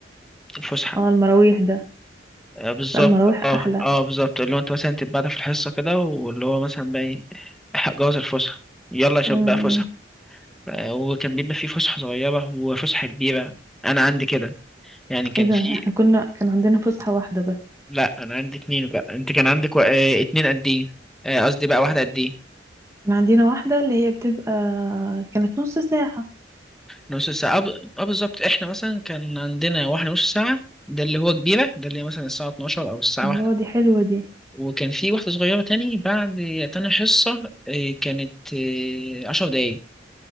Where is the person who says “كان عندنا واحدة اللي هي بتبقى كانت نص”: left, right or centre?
Right